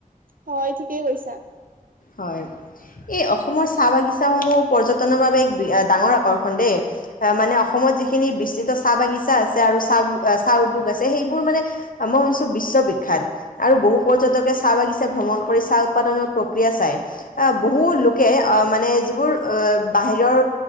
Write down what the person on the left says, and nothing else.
হয় এই অসমৰ চাহ বাগিচাস সমূহ পৰ্যটনৰ বাবে এক ডাঙৰ আকৰ্ষণ দেই মানে অসমত যিখিনি বিস্তৃত চাহ বাগিছা আছে আৰু চাহ চাহ উদ্যোগ আছে সেইবোৰ মানে মই শুনিছো বিশ্ববিখ্যাত আৰু বহু পৰ্যটকে চাহ বাগিছা ভ্ৰমণ কৰি চাহ উৎপাদনৰ ক্ৰিয়া চাই বহু লোকে অ মানে যিবোৰ অঁ বাহিৰৰ